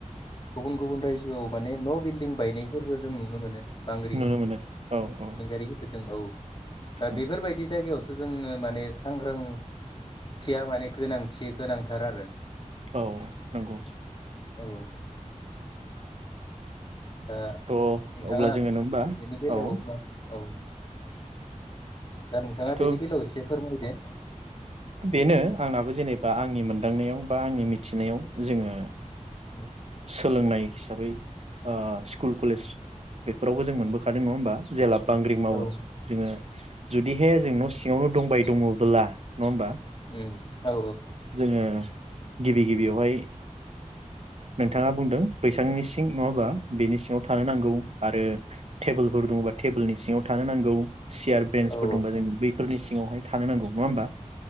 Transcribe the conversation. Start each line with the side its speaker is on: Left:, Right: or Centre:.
Left: गुबुन गुबुन रायजोआव माने न' बिल्डिं बायनायफोरबो जों नुनो मोनो। बांग्रिंथि
Right: नुनो मोनो
Left: मिथिंगायारि
Right: औ औ
Left: खैफोद। जों औ। दा
Right: उम
Left: बेफोरबायदि जायगायाव जोंङो माने सांग्रांथिया माने गोनांथि गोनांथार आरो।
Right: औ नोंगौ।
Left: औ दा
Right: थ'
Left: नोंथाङा
Right: अब्ला जोंङो न होमबा
Left: बेनि बेलायाव
Right: औ।
Left: मा औ दा नोंथांङा
Right: थ'
Left: बेनि बेलायाव एसे फोरमायदो।
Right: बेनो आंनाबो जेनेबा आंनि मोनदांनायाव बा आंनि मिथिनायाव, जोंङो
Left: <unintelligible>
Right: सोलोंनाय हिसाबै ओ सु स्कुल कलेज बे फोरावबो जों मोनबोखादों नङा होमबा जेलाब बांग्रिं मावो
Left: औ
Right: जोंङो जुदिहे जों न' सिङावनो दंबाय दंङब्ला नङा होमबा
Left: उम औ
Right: जोंङो गिबि-गिबियावहाय नोंथांङा बुंदों बैसांनि सिं नंङाबा बेनि सिङाव थानो नांगौ आरो टेबोलफोर दंङबा टेबोलनि सिङाव थानो नांगौ। सियार बेन्सफोर
Left: औ
Right: दंबा जों बै फोरनि सिंङावहाय थानो नांगौ नङा होमबा